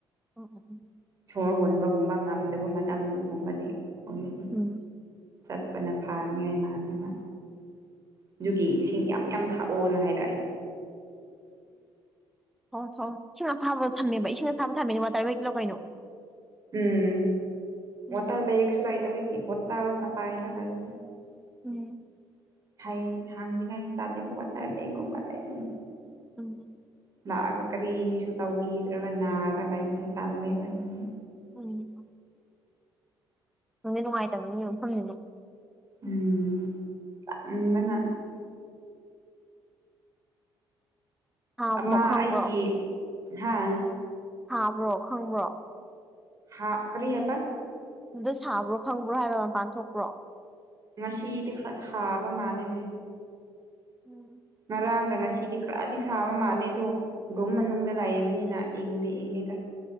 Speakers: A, in the centre; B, on the right.
A: ꯎꯝ ꯎꯝ
B: ꯁꯣꯔ ꯍꯣꯟꯕꯒꯨꯝꯕ ꯉꯝꯗꯕ ꯃꯇꯝꯒꯨꯝꯕꯗꯤ ꯑꯣꯏꯔꯗꯤ
A: ꯎꯝ
B: ꯆꯠꯄꯅ ꯐꯥꯅꯤꯡꯉꯥꯏ ꯃꯥꯥꯟꯗꯕ ꯑꯗꯨꯒꯤ ꯏꯁꯤꯡ ꯌꯥꯝ ꯌꯥꯝ ꯊꯥꯛꯑꯣꯅ ꯍꯥꯏꯔꯛꯑꯦ
A: ꯍꯣ ꯊꯣ ꯏꯁꯤꯡ ꯑꯁꯥꯕꯗꯣ ꯊꯝꯃꯦꯕ ꯏꯁꯤꯡ ꯑꯁꯥꯕ ꯊꯝꯃꯦꯅꯦ ꯋꯥꯇꯔ ꯋꯦꯂꯣ ꯀꯩꯅꯣ
B: ꯎꯝ
A: ꯎꯝ
B: ꯋꯥꯇꯔ ꯕꯦꯒꯁꯨ ꯂꯩꯇꯕꯒꯤ ꯕꫭꯇꯜꯅ ꯄꯥꯏꯔ ꯂꯩꯔꯦ
A: ꯎꯝ
B: ꯍ ꯍꯥꯡꯅꯤꯉ ꯇꯦꯕꯣꯛ ꯀ ꯇꯔ ꯩꯒꯨꯝꯝꯕꯔꯥꯏꯅꯨ
A: ꯎꯝ
B: ꯂꯥꯛꯑꯒ ꯀꯔꯤꯁꯨ ꯇꯧꯕꯤꯗ꯭ꯔꯒ ꯅꯥꯔꯒ ꯂꯩꯕꯁꯦ ꯇꯜꯂꯦꯕ ꯑꯗꯨꯅꯤ
A: ꯎꯝ ꯅꯪꯗꯤ ꯅꯨꯡꯉꯥꯏꯇꯕ ꯅ ꯌꯐꯝꯅꯤꯅ
B: ꯎꯝ ꯎꯝ ꯃꯅꯥ
A: ꯁꯥꯕ꯭ꯔꯣ
B: ꯑꯃ
A: ꯈꯪꯕ꯭ꯔꯣ
B: ꯑꯩ ꯀ ꯍꯥꯥ
A: ꯊꯥꯕ꯭ꯔꯣ ꯈꯪꯕ꯭ꯔꯣ
B: ꯍꯥꯥ ꯀꯔꯤ ꯍꯥꯏꯕ
A: ꯑꯝꯇ ꯁꯥꯕ꯭ꯔꯣ ꯈꯪꯕ꯭ꯔꯣ ꯍꯥꯏꯕ ꯃꯄꯥꯟ ꯊꯣꯛꯄ꯭ꯔꯣ
B: ꯉꯁꯤꯗꯤ ꯈꯔ ꯁꯥꯕ ꯃꯥꯜꯂꯤꯅꯦ
A: ꯎꯝ
B: ꯉꯥꯔꯥꯡꯒ ꯉꯁꯤꯗꯤ ꯈꯔꯗꯤ ꯁꯥꯕ ꯃꯥꯜꯂꯦ ꯑꯗꯣ ꯔꯨꯝ ꯃꯅꯨꯡꯗ ꯂꯥꯛꯏꯕꯅꯤꯅ ꯏꯪꯗꯤ ꯏꯪꯉꯤꯗ